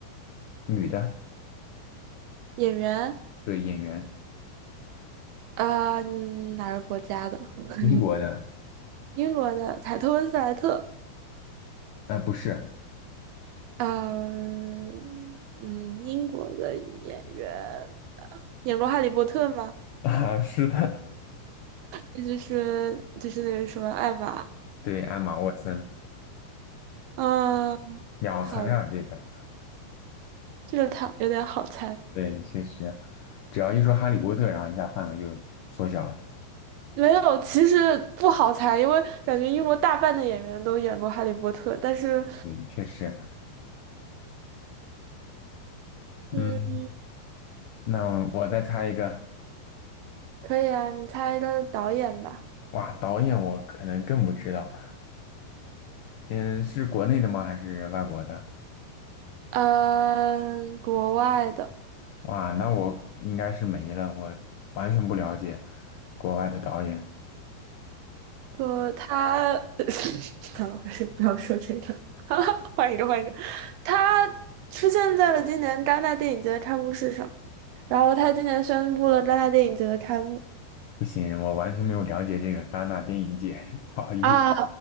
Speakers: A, on the left; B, on the right.
A: 女的，
B: 演员
A: 对，演员，
B: 啊，嗯哪个国家的？<laughs>
A: 英国的，
B: 英国的凯特温斯莱特，
A: 呃，不是，
B: 嗯嗯，英国的演员，演过《哈利波特》吗？
A: <laughs> 啊，是的，
B: 就是就是那个什么艾玛，
A: 对，艾玛沃森，
B: 啊，
A: 秒残啊，
B: 好，
A: 这个，
B: 这个他有点好猜，
A: 对，你确实，只要一说哈利波特，然后一下范围就缩小了，
B: 没有，其实不好猜，因为感觉英国大半的演员都演过《哈利波特》，但是，
A: 嗯，确实，嗯，
B: 嗯，
A: 那我再猜一个，
B: 可以啊，你猜一个导演吧。
A: 哇，导演我可能更不知道，嗯，是国内的吗？还是外国的？
B: 嗯，国外的，
A: 哇，那我应该是没了，我完全不了解国外的导演。
B: 说他，<laughs> 怎么回事？不要说这个，<laughs> 换一个，换一个。他出现在了今年戛纳电影节的开幕式上，然后他今年宣布了戛纳电影节的开幕
A: 不行，我完全没有了解这个戛纳电影节，<laughs> 不好意思。
B: 啊，